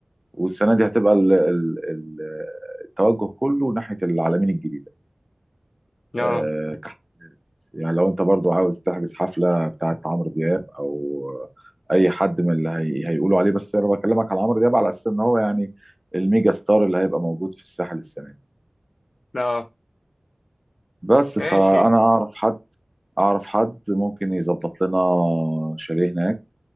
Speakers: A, on the right; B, on the left.
A: والسنة دي هتبقى ال ال ال التوجه كله ناحية العلمين الجديدة
B: لا
A: آه، كحت يعني لو انت برضو عاوز تحجز حفلة بتاعة عمرو دياب او اي حد من اللي هي... هيقولوا عليه بس انا بكلمك على عمرو دياب على اساس ان هو يعني الميجا ستار اللي هيبقى موجود في الساحل السنة دي
B: لا
A: بس
B: ماشي
A: فانا اعرف حد اعرف حد ممكن يظبط لنا شاليه هناك